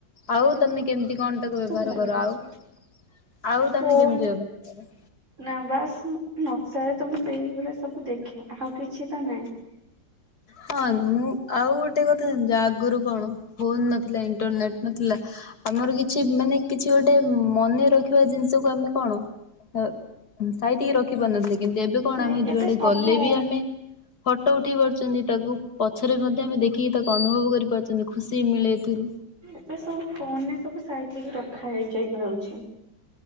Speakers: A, on the left; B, on the right.
A: ଆଉ ତମେ କେମତି କଣ ତାକୁ ବ୍ୟବହାର
B: ଭଲ
A: କର?
B: ଲାଗେ
A: ଆଉ ଆଉ ତମେ
B: ଫୋନ୍
A: କେମତି ବ୍ୟବହାର କର?
B: ନା ବାସ୍ ନକ୍ସାରେ ତମେ ସେଇଗୁରା ସବୁ ଦେଖ, ଆଉ କିଛି ତ ନାହିଁ।
A: ହଁ ମୁଁ ଆଉ ଗୋଟେ କଥା ଜାଣିଛ? ଆଗରୁ କଣ, ଫୋନ ନଥିଲା ଇଣ୍ଟରନେଟ ନଥିଲା। ଆମର କିଛି ମାନେ କିଛି ଗୋଟେ ମନେ ରଖିବା ଜିନିଷକୁ ଆମେ କଣ ଅ ସାଇତିକି ରଖି ପାରୁନଥିଲେ। କିନ୍ତୁ ଏବେ
B: ନାହିଁ
A: କଣ ଆମେ
B: ଏବେ
A: ଯୁଆଡେ
B: ସବୁ
A: ଗଲେ ବି ଆମେ ଫଟୋ ଉଠେଇ ପାରୁଛନ୍ତି ତାକୁ ପଛରେ ମଧ୍ୟ ଆମେ ଦେଖିକି ତାକୁ ଅନୁଭବ କରି ପାରୁଛନ୍ତି। ଖୁସି ମିଳେ ଏଥିରୁ।
B: ଏବେ ସବୁ ଫୋନ ରେ ସବୁ ସାଇତିକି ରଖା ହେଇ ଯାଇପାରୁଛି।